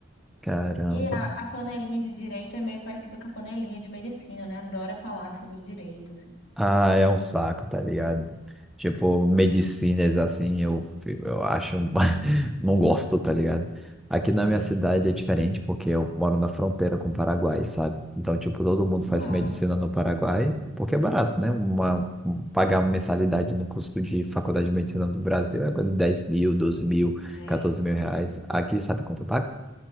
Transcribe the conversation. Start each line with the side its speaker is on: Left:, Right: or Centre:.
Centre: Caramba.
Left: E a, a panelinha de direito é meio parecida com a panelinha de medicina, né? Adora falar sobre direito, assim.
Centre: Ah, é um saco, tá ligado? Tipo, medicinas assim, eu, fico- eu acho. um- <laughs> Não gosto, tá ligado? Aqui na
Left: Né?
Centre: minha cidade é diferente, porque eu moro na fronteira com o Paraguai, sabe? Então, tipo, todo mundo
Left: Uau.
Centre: faz medicina no Paraguai, porque é barato, né? Uma, um- pagar uma mensalidade no custo de faculdade de medicina do Brasil é coisa de 10 mil, 12 mil,
Left: É.
Centre: 14 mil reais. Aqui, sabe quanto eu pago?